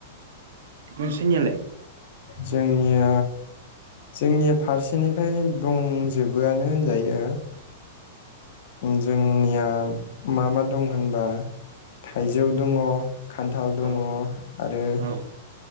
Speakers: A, on the right (about 75°); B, on the left (about 60°).
A: नोंसेेनिआलाय
B: जोंनिया जोंनिया फारसेनिफ्राय दंजोबोआनो होनजायो। जों आंनिया मा मा दं होनबा थाइजौ दङ। खान्थाल दङ
A: औ
B: आरो
A: औ